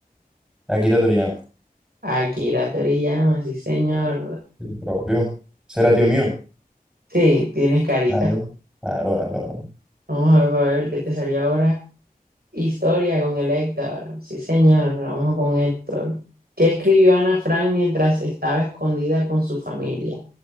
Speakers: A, in the centre; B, on the right (about 80°).
A: <laughs> Akira Toriyama,
B: Akira Toriyama, sí señor.
A: el propio. ¿Será tío mío?
B: Sí, tienes carita.
A: Claro, claro, claro. claro.
B: Vamos a ver, para ver qué te salió ahora. Historia con el Héctor. Sí, señor, vamos con Héctor. ¿Qué escribió Ana Frank mientras estaba escondida con su familia?